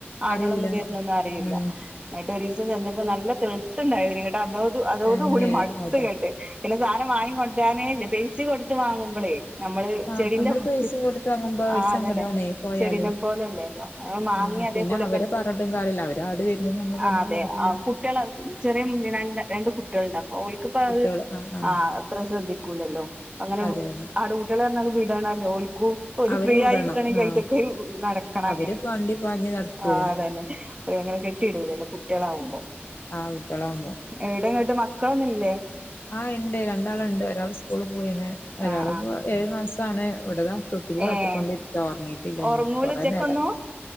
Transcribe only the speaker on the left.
അറിയൂല
ഉം
തന്നെ
അതാ
ആ
നമ്മള് പൈസയും
കൊടുത്ത് വാങ്ങുമ്പോ
ഒരു സങ്കടാണേ
പോയാല്
ആ
പിന്നെ അവരെ പറഞ്ഞിട്ടും കാര്യല്ല അവര് ആട് വരുന്നേന് നമ്മള് പറഞ്ഞിട്ട്
കാര്യല്ല
കുട്ടികള്
ആ ആ
അതെ അതെ
അവര്
വിടണം
ആ
അവര്
വണ്ടി പാഞ്ഞ് നടക്കൂലേ
ആഹ് കുട്ടിയളാവുമ്പം
ആഹ് ഇണ്ട് രണ്ടാള്ണ്ട് ഒരാള് സ്കൂള് പോയി പിന്നെ ഒരാള്പ്പൊ
ഏഴു മാസാണ് ഇവെടതാ തൊട്ടിലി
ആട്ടിക്കൊണ്ടിര്ക്കാ ഒറങ്ങിയിട്ടില്ലാഞ്ഞും
കൊറേ
നേരായി